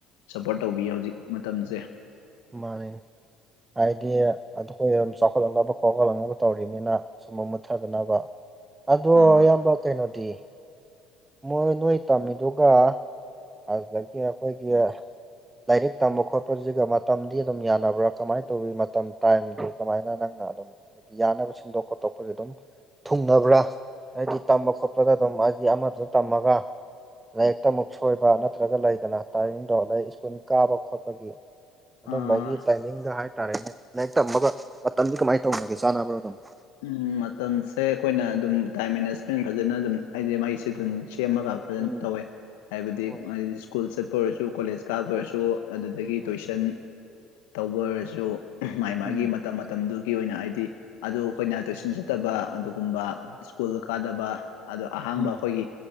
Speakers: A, on the left (about 70°); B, on the right (about 20°).
A: ꯁꯞꯄꯣꯔꯠ ꯇꯧꯕꯤꯌꯦ ꯍꯧꯖꯤꯛ ꯃꯇꯝꯁꯦ
B: ꯃꯥꯅꯤꯅꯦ ꯍꯥꯏꯗꯤ ꯑꯩꯈꯣꯏ ꯑꯗꯨꯝ ꯆꯥꯎꯈꯠꯂꯛꯅꯕ ꯈꯣꯀꯠꯂꯛꯅꯕ ꯇꯧꯔꯤꯅꯤꯅ ꯁꯨꯝ ꯃꯨꯠꯊꯗꯅꯕ ꯑꯗꯣ
A: ꯑꯥ
B: ꯑꯌꯥꯝꯕ ꯀꯩꯅꯣꯗꯤ ꯃꯣꯏ ꯅꯣꯏ ꯇꯝꯃꯤꯗꯨꯒ ꯑꯗꯨꯗꯒꯤ ꯑꯩꯈꯣꯏꯒꯤ ꯂꯥꯏꯔꯤꯛ ꯇꯝꯕ ꯈꯣꯠꯄꯁꯤꯒ ꯃꯇꯝꯗꯤ ꯑꯗꯨꯝ ꯌꯥꯅꯕ꯭ꯔꯥ ꯀꯃꯥꯏꯅ ꯇꯧꯋꯤ ꯃꯇꯝ ꯇꯥꯏꯝꯗꯤ ꯀꯃꯥꯏꯅ ꯅꯪꯅ ꯑꯗꯨꯝ ꯍꯥꯏꯗꯤ ꯌꯥꯅꯕ ꯁꯤꯟꯗꯣꯛ ꯈꯣꯠꯇꯣꯛꯄꯁꯦ ꯑꯗꯨꯝ ꯊꯨꯡꯅꯕ꯭ꯔꯥ ꯍꯥꯏꯗꯤ ꯇꯝꯕ ꯈꯣꯠꯄꯗ ꯑꯗꯨꯝ ꯍꯥꯏꯗꯤꯒꯤ ꯑꯃꯗꯨꯗ ꯇꯝꯃꯒ ꯂꯥꯏꯔꯤꯛꯇ ꯑꯃꯨꯛ ꯁꯣꯏꯕ ꯅꯠꯇ꯭ꯔꯒ ꯂꯩꯗꯅ ꯇꯥꯏꯃꯤꯡꯗꯣ ꯂꯥꯏꯔꯤꯛ ꯁ꯭ꯀꯨꯜ ꯀꯥꯕ ꯈꯣꯠꯄꯒꯤ ꯑꯗꯨꯝꯕꯒꯤ
A: ꯑꯥ
B: ꯇꯥꯏꯃꯤꯡꯒ ꯍꯥꯏꯇꯥꯔꯦꯅꯦ ꯂꯥꯏꯏꯔꯤꯛ ꯇꯝꯃꯒ ꯃꯇꯝꯗꯤ ꯀꯃꯥꯏꯅ ꯇꯧꯅꯒꯦ ꯆꯥꯅꯕ꯭ꯔꯣ ꯑꯗꯨꯝ
A: ꯎꯝ ꯃꯇꯝꯁꯦ ꯑꯩꯈꯣꯏꯅ ꯑꯗꯨꯝ ꯇꯥꯏꯝ ꯃꯦꯅꯦꯖꯃꯦꯟ ꯐꯖꯅ ꯑꯗꯨꯝ ꯍꯥꯏꯗꯤ ꯃꯒꯤ ꯑꯗꯨꯝ ꯁꯦꯝꯃꯒ ꯐꯖꯅ
B: ꯎꯝ
A: ꯇꯧꯋꯦ ꯍꯥꯏꯕꯗꯤꯗꯤ
B: ꯍꯣꯏ
A: ꯁ꯭ꯀꯨꯜ ꯆꯠꯄ ꯑꯣꯏꯔꯁꯨ ꯀꯣꯂꯦꯖ ꯀꯥꯕ ꯑꯣꯏꯔꯁꯨ ꯑꯗꯨꯗꯒꯤ
B: ꯑ
A: ꯇꯨꯏꯁꯟ ꯇꯧꯕ ꯑꯣꯏꯔꯁꯨ ꯃꯥꯥꯏ ꯃꯥꯒꯤ
B: ꯎꯝ
A: ꯃꯇꯝ ꯃꯇꯝꯗꯨꯒꯤ ꯑꯣꯏꯅ ꯍꯥꯏꯗꯤ ꯑꯗꯨ ꯑꯩꯈꯣꯏꯅ ꯇꯨꯏꯁꯟ ꯆꯠꯇꯕ ꯑꯗꯨꯒꯨꯝꯕ ꯁ꯭ꯀꯨꯜ ꯀꯥꯗꯕ ꯑꯗꯣ ꯑꯍꯥꯡꯕ
B: ꯎꯝ
A: ꯑꯩꯈꯣꯏꯒꯤ